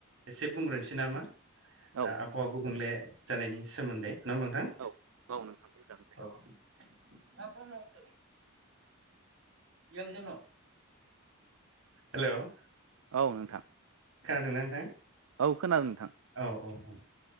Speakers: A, on the right; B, on the right.
A: एसे बुंग्रोनोसै नामा
B: औ
A: आबहावा
B: नोंथां बुंजागोन
A: गुबुंले जानायनि सोमोनदै नङा होमबा नोंथां
B: औ औ नोंथां बुंजागोन दे
A: औ मा सावरायनो नागेरदों <unintelligible> हेल'
B: औ नोंथां
A: खोनादों ना नोंथां
B: औ खोनादों नोंथां
A: औ औ औ